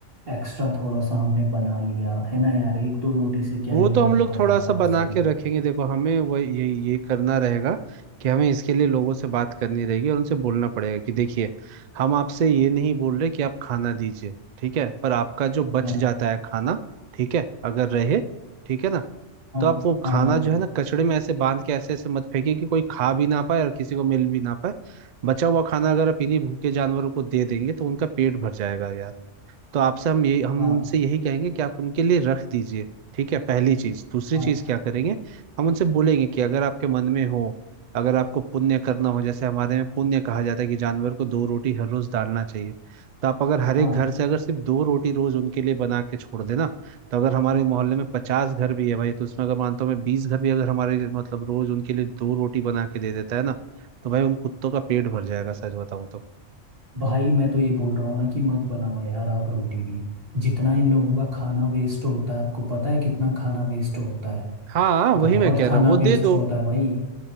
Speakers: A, on the right; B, on the right.
A: एक्स्ट्रा थोड़ा सा हमने बना लिया है ना यार एक दो रोटी से क्या
B: वो
A: ही
B: तो
A: फर्क
B: हम लोग
A: पड़
B: थोड़ा
A: जाता
B: सा
A: है
B: बना
A: वैसे भी
B: के रखेंगे देखो हमें वो ये ये करना रहेगा कि हमें इसके लिए लोगों से बात करनी रहेगी और उनसे बोलना पड़ेगा कि देखिए हम आपसे ये नहीं बोल रहे कि आप खाना दीजिए ठीक है पर आपका जो बच
A: हाँ
B: जाता है खाना ठीक है अगर रहे ठीक है ना
A: हाँ
B: तो आप वो
A: हाँ
B: खाना
A: हाँ
B: जो है ना कचड़े में ऐसे बांध के ऐसे ऐसे मत फेंकिए कि कोई खा भी ना पाए और किसी को मिल भी ना पाए बचा हुआ खाना अगर आप इन्हीं भूखे जानवरों को दे देंगे तो उनका पेट भर जाएगा यार तो आपसे हम ये हम
A: हाँ
B: उनसे यही कहेंगे कि आप उनके लिए रख दीजिए ठीक है पहली चीज दूसरी
A: हाँ
B: चीज क्या करेंगे हम उनसे बोलेंगे कि अगर आपके मन में हो अगर आपको पुण्य करना हो जैसे हमारे में पुण्य कहा जाता है कि जानवर को दो रोटी हर रोज डालना चाहिए तो आप अगर हर एक
A: हाँ
B: घर से अगर सिर्फ दो रोटी रोज उनके लिए बना के छोड़ देना तो अगर हमारे मोहल्ले में पचास घर भी है भाई तो उसमें अगर मानता हूँ मैं बीस घर भी अगर हमारे लिए मतलब रोज उनके लिए दो रोटी बना के दे देता है ना तो भाई उन कुत्तों का पेट भर जाएगा सच बताऊं तो
A: भाई मैं तो ये बोल रहा हूँ ना कि मत बनाओ यार आप रोटी भी जितना इन लोगों का खाना वेस्ट होता है आपको पता है कितना खाना वेस्ट होता है
B: हाँ वही
A: बहुत
B: मैं कह
A: खाना
B: रहा हूँ वो दे
A: वेस्ट
B: दो
A: होता है भाई